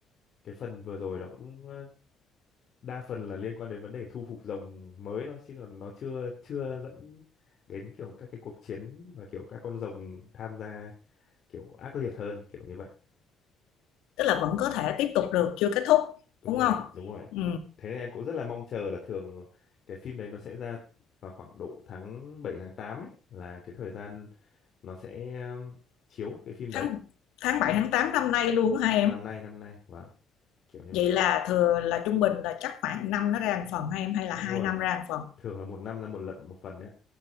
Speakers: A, on the left; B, on the left.
A: cái phần vừa rồi nó cũng ờ, đa phần là liên quan đến vấn đề thu phục rồng mới thôi chứ còn nó chưa chưa dẫn đến kiểu các cái cuộc chiến và kiểu các con rồng tham gia kiểu ác liệt hơn kiểu như vậy
B: tức là vẫn có thể tiếp tục được chưa kết thúc,
A: đúng
B: đúng
A: rồi
B: không?
A: đúng rồi ạ.
B: Ừ,
A: thế nên em cũng rất là mong chờ là thường cái phim đấy nó sẽ ra vào khoảng độ tháng 7 tháng 8 ấy là cái thời gian nó sẽ um, chiếu cái phim
B: tháng
A: đấy
B: tháng bảy tháng tám năm nay luôn hả em?
A: năm nay năm nay wow kiểu như vậy
B: Vậy là thừa là trung bình là chắc khoảng năm nó ra một phần hay em hay là
A: đúng
B: hai
A: rồi
B: năm ra một phần?
A: thường là một năm ra một lận một phần đấy ạ,